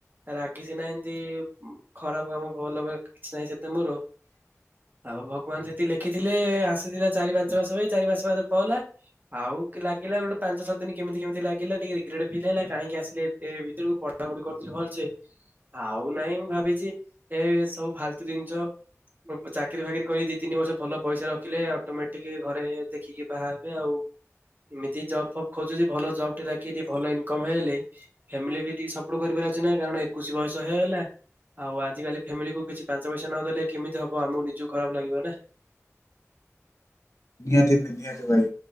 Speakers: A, on the right; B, on the left.
A: ରାଗି ସିନା ଏମିତି ଖରାପ କାମ ଭଲ କିଛି ନାହିଁ ସେତେ ମୋର। ଆଉ ଭଗବାନ ସେତିକି ଲେଖିଥିଲେ ଆସିଥିଲା ଚାରି ପାଞ୍ଚ ମାସ ପାଇଁ ଚାରି ପଞ୍ଚ ମାସ ପହଲା। ଆଉ ଲାଗିଲା ଗୋଟେ ପାଞ୍ଚ ଛଅ ଦିନି କେମିତି କେମିତି ଲାଗିଲା ଟିକେ ରିଗ୍ରେଟ ଫିଲ୍ ହେଲା କାହିଁକି ଆସି ଏ ଭିତରକୁ ପଢା ପଢି କରୁଥିଲି ଭଲସେ ଆଉ ନାଇଁ ମୁଁ ଭାବିଛି ଏ ସବୁ ଫାଲତୁ ଜିନିଷ। ଚାକିରି ଫାକିରି କରି ଦି ତିନି ବର୍ଷ ଭଲ ପଇସା ରଖିଲେ ଅଟୋମେଟିକ ଘରେ ଦେଖିକି ବାହା ହେବେ ଆଉ। ଏମିତି ଜବ ଫବ୍ ଖୋଜୁଛି ଭଲ ଜବ୍ ଟେ ଲାଗିକି ଭଲ ଇନକମ୍ ହେଇଗଲେ। ଫ୍ୟାମିଲି ବି ଟିକେ ସପୋର୍ଟ କରିବାର ଅଛି ନା କାରଣ ଏକୋଇଶି ବୟସ ହେଇଗଲା ଆଉ ଆଜିିକାଲି ଫ୍ୟାମିଲିକୁ କିଛି ପାଞ୍ଚ ପଇସା ନ ଦେଲେ କେମିତି ହବ ଆମକୁ ନିଜକୁ ଖରାପ ଲାଗିବ ନା।
B: ନିହାତି ନିହାତି ଭାଇ